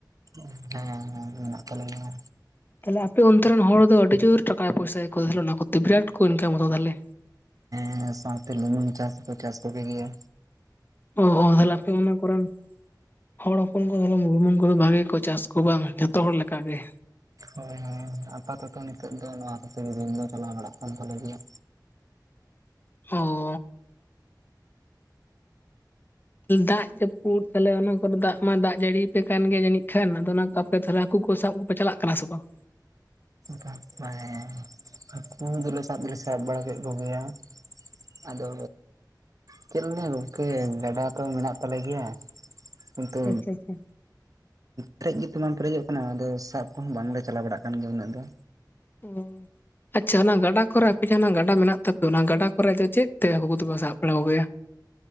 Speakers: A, on the right; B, on the left.
A: ᱦᱩᱸ, ᱦᱮᱸ ᱦᱮᱸ ᱢᱮᱱᱟᱜ ᱛᱟᱞᱮ ᱜᱮᱭᱟ᱾
B: ᱛᱟᱞᱦᱮ ᱟᱯᱮ ᱚᱱᱛᱮ ᱨᱮᱱ ᱦᱚᱲ ᱫᱚ ᱟᱹᱰᱤ ᱡᱳᱨ ᱴᱟᱠᱟ ᱯᱚᱭᱥᱟᱭᱟᱠᱚ ᱠᱚ ᱛᱟᱦᱞᱮ ᱚᱱᱟ ᱠᱚᱛᱮ, ᱵᱤᱨᱟᱴ ᱠᱚ ᱤᱱᱠᱟᱢᱟ ᱛᱚ ᱛᱟᱦᱞᱮ?
A: ᱦᱮᱸ ᱥᱟᱶᱛᱮ ᱞᱩᱢᱟᱹᱝ ᱪᱟᱥ ᱦᱚᱸᱠᱚ ᱪᱟᱥ ᱠᱚᱜᱮ ᱜᱮᱭᱟ᱾
B: ᱚ ᱚ, ᱛᱟᱦᱞᱮ ᱟᱯᱮ ᱚᱱᱟ ᱠᱚᱨᱮᱱ ᱦᱚᱲ ᱦᱚᱯᱚᱱ ᱠᱚ ᱞᱩᱢᱟᱹᱝ ᱠᱚᱫᱚ ᱵᱷᱟᱜᱮ ᱠᱚ ᱪᱟᱥ ᱠᱚᱣᱟ ᱵᱟᱝ ᱡᱷᱚᱛᱚ ᱦᱚᱲ ᱞᱮᱠᱟᱜ ᱜᱮ?
A: ᱦᱳᱭ ᱦᱳᱭ᱾ ᱟᱯᱟᱛᱚᱛᱚ ᱱᱤᱛᱳᱜ ᱫᱚ ᱱᱚᱣᱟ ᱠᱚᱛᱮ ᱜᱮ ᱫᱤᱱ ᱫᱚ ᱪᱟᱞᱟᱣ ᱵᱟᱲᱟᱜ ᱠᱟᱱ ᱛᱟᱞᱮ ᱜᱮᱭᱟ᱾
B: ᱦᱮᱸ᱾ ᱫᱟᱜ ᱡᱟᱹᱯᱩᱫ ᱛᱟᱦᱞᱮ ᱚᱱᱟ ᱠᱚᱨᱮ ᱫᱟᱜ ᱢᱟ ᱫᱟᱜ ᱡᱟᱹᱲᱤᱭᱟᱯᱮ ᱠᱟᱱ ᱜᱮ ᱡᱟᱹᱱᱤᱡ ᱠᱷᱟᱱ ᱟᱫᱚ ᱚᱱᱟ ᱠᱚ ᱠᱚ ᱛᱟᱦᱞᱮ ᱦᱟᱹᱠᱩ ᱠᱚ ᱥᱟᱵ ᱠᱚᱯᱮ ᱪᱟᱞᱟᱜ ᱠᱟᱱᱟ ᱥᱮ ᱵᱟᱝ?
A: ᱵᱟᱯ ᱵᱟᱲᱟᱭᱟ᱾ ᱦᱟᱹᱠᱩ ᱫᱚᱞᱮ ᱥᱟᱵ ᱫᱚᱞᱮ ᱥᱟᱵ ᱵᱟᱲᱟ ᱠᱮᱫ ᱠᱚᱜᱮᱭᱟ, ᱟᱫᱚ ᱪᱮᱫ ᱞᱤᱧ ᱞᱟᱹᱭᱟ ᱜᱚᱝᱠᱮ ᱜᱟᱰᱟ ᱛᱚ ᱢᱮᱱᱟᱜ ᱛᱟᱞᱮ ᱜᱮᱭᱟ᱾ ᱠᱤᱱᱛᱩ
B: ᱟᱪᱪᱷᱟ ᱟᱪᱪᱷᱟ᱾
A: ᱯᱮᱨᱮᱡ ᱜᱮᱛᱚ ᱵᱟᱝ ᱯᱮᱨᱮᱡᱚᱜ ᱠᱟᱱᱟ᱾ ᱟᱫᱚ ᱥᱟᱵ ᱠᱚᱦᱚᱸ ᱵᱟᱝᱞᱮ ᱪᱟᱞᱟᱣ ᱵᱟᱲᱟᱜ ᱠᱟᱱ ᱜᱮᱭᱟ ᱩᱱᱟᱹᱜ ᱫᱚ᱾
B: ᱩᱸ ᱟᱪᱪᱷᱟ ᱚᱱᱟ ᱜᱟᱰᱟ ᱠᱚᱨᱮ ᱟᱯᱮ ᱡᱟᱦᱟᱸ ᱱᱟ ᱜᱟᱰᱟ ᱢᱮᱱᱟᱜ ᱛᱟᱯᱮ ᱚᱱᱟ ᱜᱟᱰᱟ ᱠᱚᱨᱮᱡ ᱫᱚ ᱪᱮᱫ ᱛᱮ ᱦᱟᱹᱠᱩ ᱠᱚᱫᱚ ᱯᱮ ᱥᱟᱵ ᱵᱟᱲᱟ ᱠᱚᱜᱮᱭᱟ?